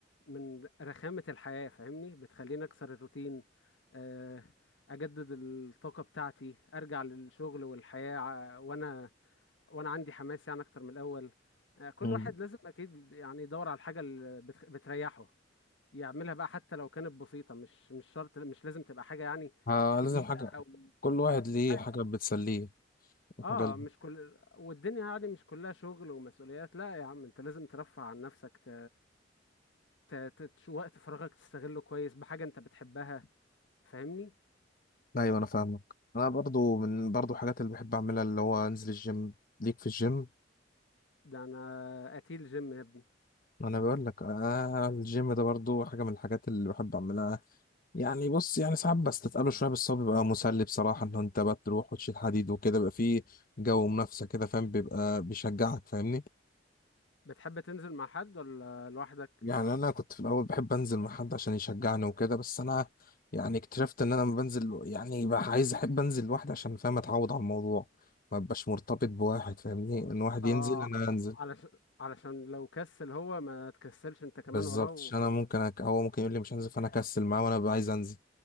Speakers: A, on the left; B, on the left.
A: من رخامة الحياة فاهمني بتخليني اكسر الروتين آه اجدد الطاقة بتاعتي ارجع للشغل والحياة ع- وانا وانا عندي حماس يعني اكتر من الاول آه، كل
B: مم.
A: واحد لازم اكيد يعني يدور على الحاجه اللي بت- بتريحه يعملها بقى حتى لو كانت بسيطه مش مش شرط مش لازم تبقى حاجه يعني
B: آه
A: كبيره
B: لازم حاجة
A: او
B: كل واحد ليه
A: عادي.
B: حاجة بتسليه وحاجة
A: اه
B: ل-
A: مش كل والدنيا يعني مش كلها شغل ومسؤوليات لا يا عم انت لازم ترفه عن نفسك ت... ت... ت... تش- وقت فراغك تستغله كويس بحاجه انت بتحبها فاهمني
B: ايوه انا فاهمك انا برضو من برضو حاجات اللي بحب اعملها اللي هو انزل الجيم ليك في الجيم
A: ده انا قتيل جيم يا ابني
B: انا بقول لك آه الجيم ده برضو حاجة من الحاجات اللي بحب اعملها يعني بص يعني ساعات بستثقله شوية بس هو بيبقى مسلي بصراحة ان انت بقى تروح وتشيل حديد وكده بيبقى فيه جو منافسة كده فاهم بيبقى بيشجعك فاهمني
A: بتحب تنزل مع حد ولا لوحدك
B: يعني انا كنت في الاول بحب انزل مع حد عشان يشجعني وكده بس انا يعني اكتشفت ان انا لما بنزل يعني بقى عايز احب انزل لوحدي عشان فاهم اتعود على الموضوع ما ببقاش مرتبط بواحد فاهمني ان واحد
A: اه
B: ينزل انا انزل
A: علشان علشان لو كسل هو ما تكسلش انت كمان
B: بالظبط
A: وراه و...
B: عشان انا ممكن أك... هو ممكن يقول لي مش هنزل فانا اكسل معاه وانا ببقى عايز انزل